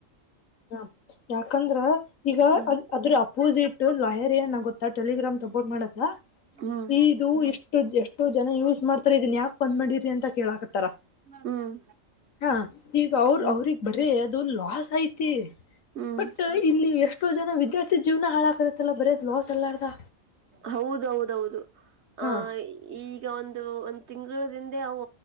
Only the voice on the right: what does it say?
ಹ್ಮ್
ಹ್ಮ್
ಹ್ಮ್
ಹ್ಮ್
ಹ್ಮ್
ಹೌದೌದೌದು
ಆ ಈಗ ಒಂದು ಇ ಒಂದು್ ತಿಂಗಳ ದಿಂದೆ ಅವು